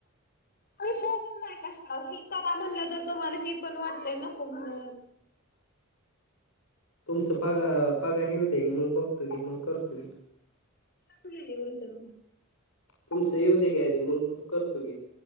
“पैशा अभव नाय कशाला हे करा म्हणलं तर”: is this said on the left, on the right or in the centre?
Left